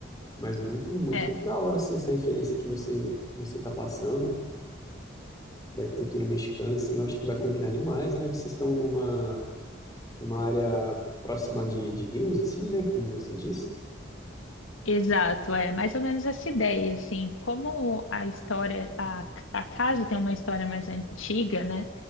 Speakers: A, on the left; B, on the left.
A: Mas muito, muito
B: É,
A: da hora, assim, essa referência que você você está passando da arquitetura mexicana, assim, eu acho que vai combinar demais, né? Vocês estão numa, numa área próxima de, de rios, assim, né? Como você disse.
B: exato, é mais ou menos essa ideia, assim, como a história, a, a casa tem uma história mais antiga, né?